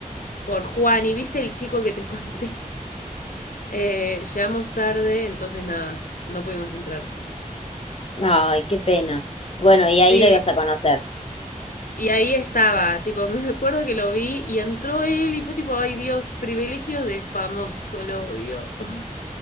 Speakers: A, on the left; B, on the left.
A: por Juan. ¿Y viste el chico que te <laughs> conté? Eh, llegamos tarde, entonces nada, no pudimos entrar.
B: Ay, qué pena. Bueno, y
A: Sí,
B: ahí lo ibas a conocer.
A: y ahí estaba, tipo, <laughs> me acuerdo que lo vi y entró él y fue tipo, ay Dios, privilegios de famoso, lo odio. <laughs>